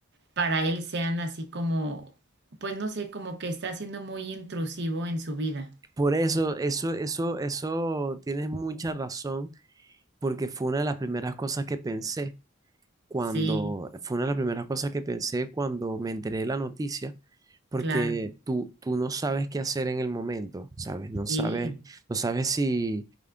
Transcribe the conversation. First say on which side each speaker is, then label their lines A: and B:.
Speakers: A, on the right (about 60°); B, on the right (about 20°).
A: para él sean así como, pues no sé, como que está siendo muy intrusivo en su vida.
B: Por eso, eso, eso, eso, tienes mucha razón, porque fue una de las primeras cosas que pensé cuando,
A: Sí,
B: fue una de las primeras cosas que pensé cuando me enteré de la noticia, porque
A: claro,
B: tú, tú no sabes qué hacer en el momento, ¿sabes? No sabes,
A: sí.
B: no sabes si,